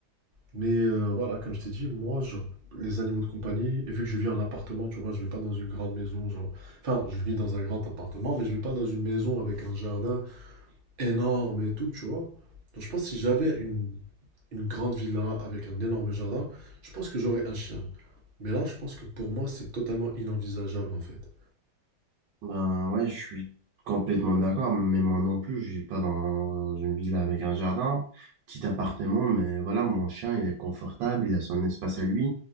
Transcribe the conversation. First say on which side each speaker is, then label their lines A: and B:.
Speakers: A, on the right (about 35°); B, on the right (about 85°).
A: Mais euh, voilà, comme je t'ai dit, moi, je- les animaux de compagnie, et vu que je vis en appartement, tu vois, je ne vis pas dans une grande maison, genre... Enfin, je vis dans un grand appartement, mais je ne vis pas dans une maison avec un jardin énorme et tout, tu vois. Donc je pense que si j'avais une, une grande villa avec un énorme jardin, je pense que j'aurais un chien. Mais là, je pense que pour moi, c'est totalement inenvisageable, en fait.
B: Ben ouais, je suis complètement d'accord, mais moi non plus, je vis pas dans une villa avec un jardin, petit appartement, mais voilà, mon chien, il est confortable, il a son espace à lui.